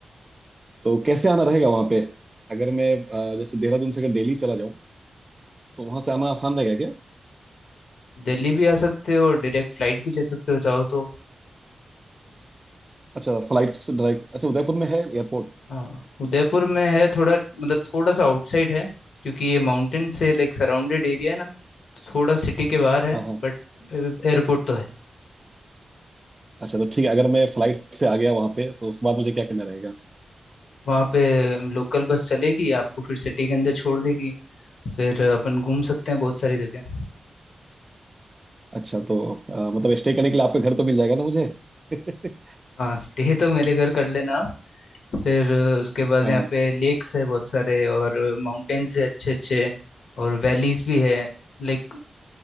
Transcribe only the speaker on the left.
दिल्ली भी आ सकते हो और डायरेक्ट फ्लाइट भी ले सकते हो चाहो तो
हाँ उदयपुर में है थोड़ा मतलब थोड़ा सा आउटसाइड है क्योंकि ये माउंटेन से लाइक सराउंडेड एरिया है ना तो थोड़ा सिटी के बाहर है
बट एयरपोर्ट तो है
वहाँ पे लोकल बस चलेगी आपको फिर सिटी के अंदर छोड़ देगी फिर अपन घूम सकते हैं बहुत सारी जगह
हाँ स्टे तो मेरे घर कर लेना आप। फिर अ, उसके बाद
यहाँ
पे लेक्स है बहुत सारे और माउंटेन्स है अच्छे अच्छे और वैलीज भी है लाइक